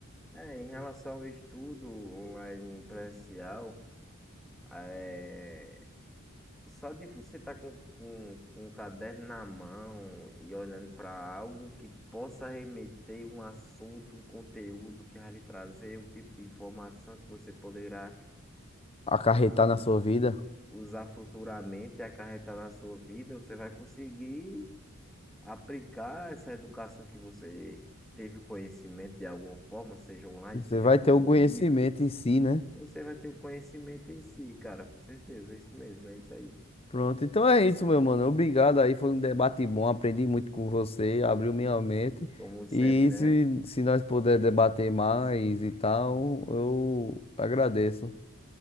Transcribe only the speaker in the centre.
É, em relação ao estudo online e presencial, é, Só de você estar com, com, com um caderno na mão e olhando para algo que possa remeter um assunto, um conteúdo que vai lhe trazer o tipo de informação que você poderá
us-
usar futuramente e acarretar na sua vida, você vai conseguir aplicar essa educação que você teve o conhecimento de alguma forma, seja online,
seja
por
um
livro.
Você vai ter o conhecimento em si, cara, com certeza, é isso mesmo, é isso aí.
Como sempre,
né?